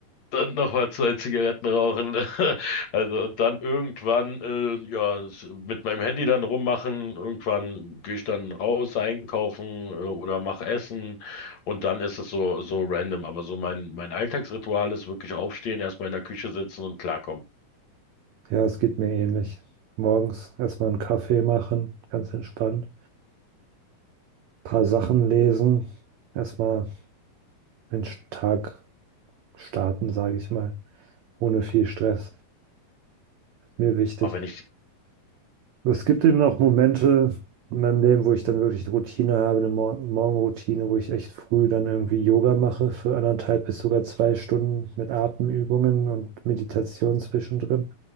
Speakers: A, on the left; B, on the right.
A: Dann nochmal zwei Zigaretten rauchen. <laughs> Also und dann irgendwann, äh, ja, s- mit meinem Handy dann rummachen. Irgendwann gehe ich dann raus einkaufen, äh, oder mach Essen. Und dann ist es so, so random. Aber so mein, mein Alltagsritual ist wirklich aufstehen, erstmal in der Küche sitzen und klarkommen.
B: Ja, es geht mir ähnlich. Morgens erstmal einen Kaffee machen, ganz entspannt. Paar Sachen lesen. Erstmal den Tag starten, sage ich mal. Ohne viel Stress. Mir wichtig.
A: Aber wenn ich,
B: Es gibt eben auch Momente in meinem Leben, wo ich dann wirklich eine Routine habe, eine Mor Morgenroutine, wo ich echt früh dann irgendwie Yoga mache für anderthalb bis sogar zwei Stunden mit Atemübungen und Meditation zwischendrin.